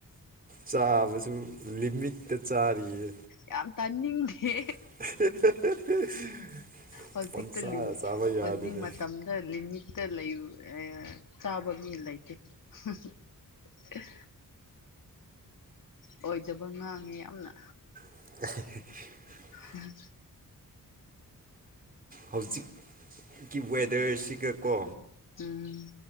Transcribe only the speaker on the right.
ꯆꯥꯕꯁꯨ ꯂꯤꯃꯤꯠꯇ ꯆꯥꯔꯤꯌꯦ
<unintelligible>
ꯄꯪꯆꯥ ꯆꯥꯕ ꯌꯥꯗꯦꯅꯦ
<unintelligible>
ꯍꯧꯖꯤꯛꯀꯤ ꯋꯦꯗꯔꯁꯤꯒ ꯀꯣ